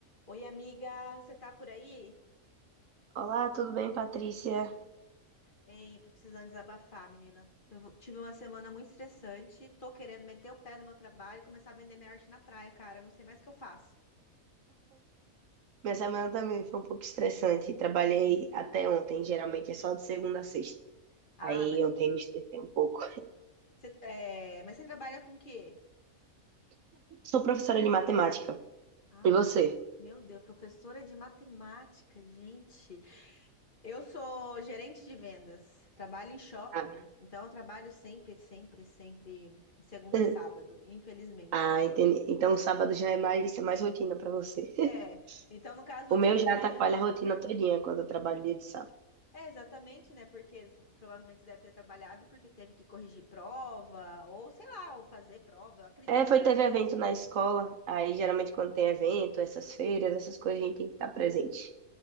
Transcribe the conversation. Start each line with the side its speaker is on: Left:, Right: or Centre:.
Left: Oi, amiga, você tá por aí?
Right: Olá, tudo bem, Patrícia?
Left: Hein, tô precisando desabafar, menina. Eu tive uma semana muito estressante, tô querendo meter o pé no meu trabalho e começar a vender minha arte na praia, cara. Não sei mais o que eu faço.
Right: Minha semana também foi um pouco estressante. Trabalhei até ontem, geralmente é só de segunda a sexta.
Left: Ah,
Right: Aí
Left: mas
Right: ontem me estressei um pouco.
Left: você, é, mas você trabalha com o quê?
Right: Sou professora de matemática.
Left: Ah,
Right: E você?
Left: n- meu Deus, professora de matemática, gente. Eu sou gerente de vendas, trabalho em shopping,
Right: Ah,
Left: então eu trabalho sempre, sempre, sempre, de segunda
Right: <laughs>
Left: a sábado, infelizmente.
Right: ah, entendi. Então sábado já é mais, é mais rotina pra você. <laughs>
Left: É, então no caso, o
Right: O
Left: último
Right: meu já
Left: dia.
Right: atrapalha a rotina todinha quando eu trabalho dia de sábado.
Left: É, exatamente, né? Porque eles provavelmente você deve ter trabalhado porque teve que corrigir prova, ou sei lá, ou fazer prova. Eu acredito
Right: É, foi,
Left: que seja
Right: teve evento
Left: isso.
Right: na escola. Aí geralmente quando tem evento, essas feiras, essas coisas, a gente tem que estar presente.